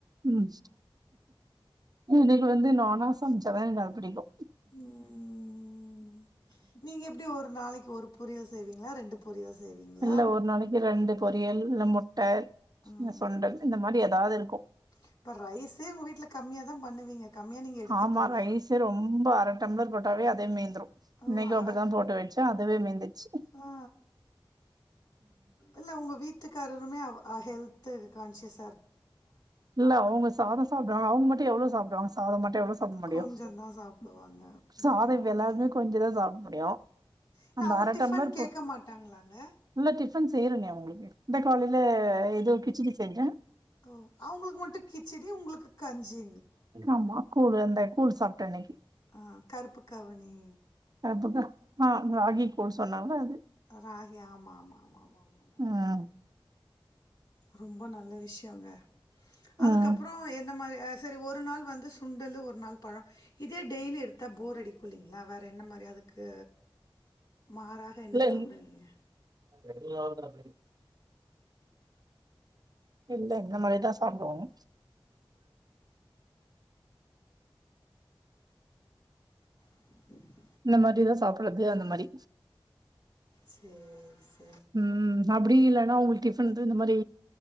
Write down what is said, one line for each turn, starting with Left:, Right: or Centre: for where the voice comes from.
Right: உம் எனக்கு வந்து நானா சமைச்சாதா எனக்கு அது பிடிக்கு
Left: ம் நீங்க எப்டி ஒரு நாளைக்கி ஒரு பொரியல் செய்வீங்களா ரெண்டு பொரியல் செய்வீங்களா
Right: இல்ல ஒரு நாளைக்கி ரெண்டு பொரியல் இல்ல முட்டை
Left: ம்
Right: சுண்டல் இந்த மாதிரி எதாவது இருக்கு
Left: இப்ப ரைஸே உங்க வீட்ல கம்மியா தா பண்ணுவீங்க கம்மியா நீங்க எடுத்துப்பீங்க
Right: ஆமா ரைஸே ரொம்ப அரை டம்ளர் போட்டாவே அதே மீந்திரு
Left: ஓ
Right: இன்னைக்கி
Left: அர
Right: அப்டி தா போட்டு வச்சே அதுவே மீந்துருச்சு
Left: ஆ இல்ல உங்க வீட்டுக்காரருமே அவ ஆ ஹெல் த்து கான்சியஸ்
Right: இல்ல அவங்க சாதம் சாப்டுவாங்க அவங்க மட்டு எவ்ளவு சாப்டுவாங்க சாதம் மட்டும் எவ்வளவு சாப்ட முடியு
Left: கொஞ்சந்தா சாப்டுவாங்க
Right: சாதம்
Left: ம்
Right: இப்ப எல்லாருமே கொஞ்சந்தா சாப்ட முடியு
Left: இல்ல
Right: அந்த
Left: அவங்க
Right: அர
Left: டிஃபன்
Right: டம்ளர் இப்போ
Left: கேக்க மாட்டாங்களாங்க
Right: இல்ல டி ஃபன் செய்யறனே அவங்களுக்கு இந்த காலைல ஏதோ கிச்சடி செஞ்சே
Left: ஓ அவங்களுக்கு மட்டு கிச்சடி உங்களுக்கு கஞ்சி
Right: ஆமா கூழ் அந்த கூழ் சாப்டனக்கி
Left: ஆ கருப்பு கவுனி
Right: அதுக்கப்புறமா ராகி கூழ் சொன்னாங்கள
Left: ராகி ஆமா ஆமா ஆமா ஆமா ஆமா ஆமா
Right: உஹ்
Left: ரொம்ப நல்ல விஷய -ங்க அதுக்கப்புறம்
Right: ம்
Left: என்ன மாரி சரி ஒரு நாள் வந்து சுண்டலு ஒரு நாள் பழ இது டெய்லி எடுத்தா போர் அடிக்கு இல்லங்களா வேற என்ன மாரி அதுக்கு மாறாக என்ன
Right: இல்ல
Left: சாப்பிடுவீங்க?
Right: எல்லாமாக இல்ல இந்த மாதிரிதான் சாப்பிடுவோம்
Left: <inaudible>
Right: இந்த மாரிதான் சாப்பிடு அவ்ளது அந்த மாரி
Left: சேர் சேர்
Right: உம் அப்படி இல்லன்னா உங்களுக்கு டிஃபன் இந்த மாரி